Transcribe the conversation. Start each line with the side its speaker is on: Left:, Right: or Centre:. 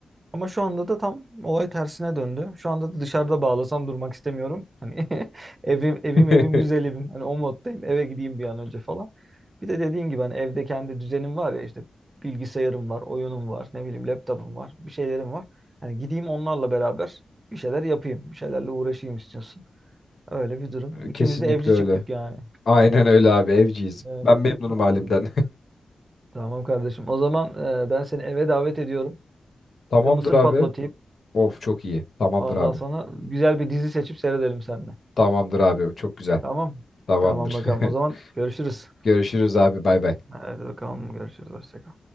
Right: Ama şu anda da tam olay tersine döndü. Şu anda da dışarıda bağlasam durmak istemiyorum. Hani <laughs> evim evim
Left: <laughs>
Right: evim güzel evim. Hani o moddayım. Eve gideyim bir an önce falan. Bir de dediğin gibi hani evde kendi düzenim var ya işte bilgisayarım var, oyunum var, ne bileyim laptopum var, bir şeylerim var. Hani gideyim onlarla beraber bir şeyler yapayım, bir şeylerle uğraşayım istiyorsun. Öyle bir durum. İkimiz
Left: Kesinlikle
Right: de evci
Left: öyle.
Right: çıktık yani.
Left: Aynen öyle abi evciyiz.
Right: Evet,
Left: Ben memnunum
Right: aynen.
Left: halimden.
Right: Tamam kardeşim. O zaman e, ben seni eve davet ediyorum.
Left: <laughs> Tamamdır
Right: Bir de mısır
Left: abi.
Right: patlatayım.
Left: Of çok iyi. Tamamdır
Right: Ondan
Left: abi.
Right: sonra güzel bir dizi seçip seyredelim seninle.
Left: Tamamdır abi. Çok güzel.
Right: Tamam.
Left: Tamamdır.
Right: Tamam bakalım.
Left: <laughs>
Right: O zaman görüşürüz.
Left: Görüşürüz abi. Bay bay.
Right: Hadi bakalım görüşürüz. Hoşça kal.